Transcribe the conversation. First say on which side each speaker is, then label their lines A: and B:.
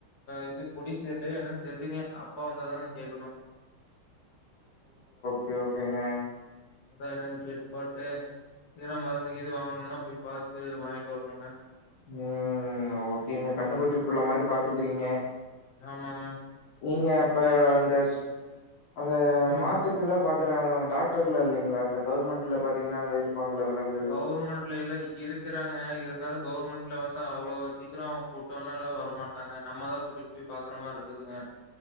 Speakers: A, on the left; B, on the left.
A: இது பொடி சேர்லயா என்னன்னு தெரியலீங்க அப்பா வந்தாதாங்க கேக்கணு
B: சேர் ஓகேங்க
A: அதா என்னான்னு கேட்டுப்போட்டு ஏன்னா மருந்துக்கு இது வாங்கணுன்னா போய் பாத்து வாங்கிட்டு வரட்டுங்க
B: ம் ஓகேங்க கன்னுக்குட்டி புள்ள மாதிரி பாத்துக்குறீங்க
A: ஆமாங்க
B: நீங்க அப்ப அந்த சு அந்த
A: சொல்லுங்க.
B: மாட்டுக் குள்ள பாக்கறாங்க டாக்டர் இல்லேலைங்களா கவர்மெண்ட்ல பாத்தீங்கனா இருப்பாங்கள விலங்
A: கவர்மெண்ட்லேல்லா இருக்கு குறாங்க இருந்தாலு கவுவர்மெண்ட்ல வந்து அவ்ளோ சீக்கிரோ கூட்டோன்னல்லா வரமாட்டாங்க நம்மதா கூட்டிட் டி பாக்கற மாரி இருக்குதுங்க